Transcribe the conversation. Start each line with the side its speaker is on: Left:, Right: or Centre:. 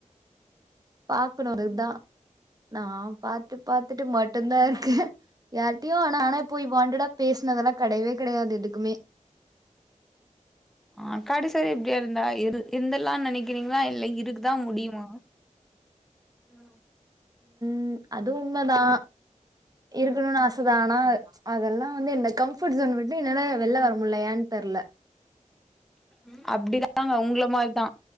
Right: பாகணு அதுதா நா பாத்துப் பாத்துட்டு மட்டும்தா இருக்கே யாரிட்டேயு ஆனா நானே போய் வாண்டடா பேச னதெல்ல கெடையவே கெடையாது எதுக்குமே
Centre: ஆ கடசிவர இப்டியே இருந்தா இரு இருந்துருலானு நெனைக்கிறீங்களா இல்ல இருக்தா முடியுமா ம்
Right: ம் அது உண்மதா இருக்கணுனு ஆசதா ஆனா அதெல்லா வந்து இந்த கம்ஃபர்ட் சோன் விட்டு என்னால வெள்ல வர முல்ல யேன்னு தெர்ல
Centre: ம் அப்டிதாங்க உங்கள மாறிதா